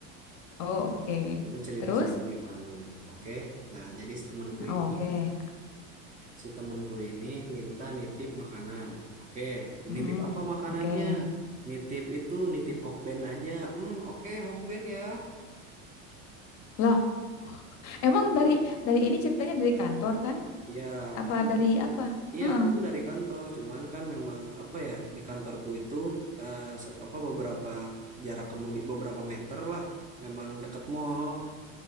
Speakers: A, on the left (about 45°); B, on the right (about 20°).
A: Oh, oke.
B: Itu cerita
A: Terus?
B: seminggu yang lalu. Oke. Nah, jadi temanku
A: Oh,
B: ini
A: oke.
B: si temenku ini minta nitip makanan. Oke,
A: Hmm.
B: nitip apa makanannya?
A: Oke.
B: Nitip itu, nitip Hokben aja. Hmm, oke Hokben ya.
A: Loh, emang dari dari ini ceritanya dari kantor kan?
B: Iya,
A: Apa
B: aku
A: dari apa?
B: iya
A: Heeh.
B: aku tuh dari kantor, cuman kan memang apa ya di kantorku itu eh, se- apa beberapa jarak kemudian beberapa meter lah, memang deket mall,